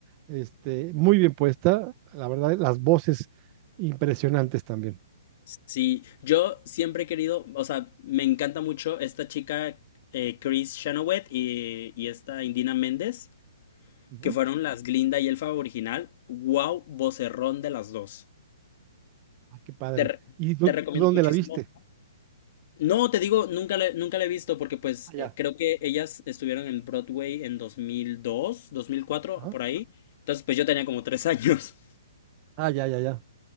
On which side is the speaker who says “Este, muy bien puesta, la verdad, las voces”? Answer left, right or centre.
Right